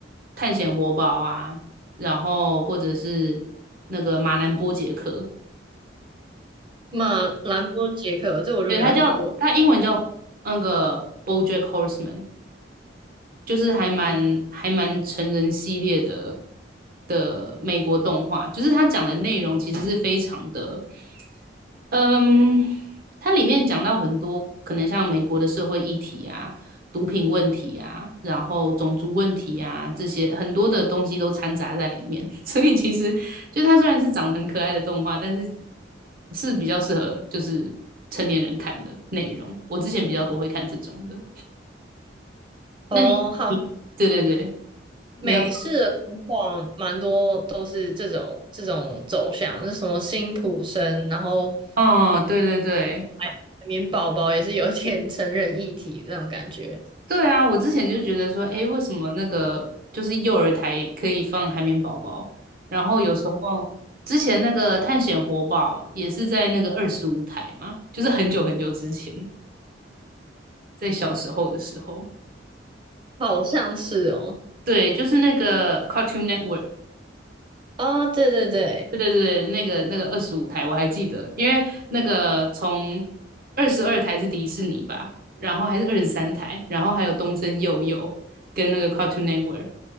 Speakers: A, on the right; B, on the right.
A: 《探险活宝》啊，然后或者是那个《马南波杰克》，
B: 马兰波杰克，这我就没有听过
A: 对，他叫他英文叫那个 BoJack Horseman，就是还蛮还蛮成人系列的的美国动画，就是他讲的内容其实是非常的嗯，它里面讲到很多可能像美国的社会议题啊、毒品问题啊，然后种族问题啊，这些很多的东西都掺杂在里面。<laughs> 所以其实就它虽然是长得很可爱的动画，但是是比较适合就是成年人看的内容。我之前比较多会看这种的。那你，
B: 哦，好。
A: 你对对对，你要
B: 美式的童话蛮多都是这种这种走向，那什么辛普森，然后
A: 哦，对对对，
B: 海绵宝宝也是有点成人议题那种感觉，
A: 对啊，我之前就觉得说，诶，为什么那个就是幼儿台可以放海绵宝宝，然后有时候之前那个探险活宝也是在那个二十五台嘛，就是很久很久之前，在小时候的时候，
B: 好像是哦。
A: 对，就是那个 Cartoon Network
B: 哦，对对对，
A: 对对对，那个那个二十五台我还记得，因为那个从二十二台是迪士尼吧，然后还是二十三台，然后还有东森幼幼跟那个 Cartoon Network，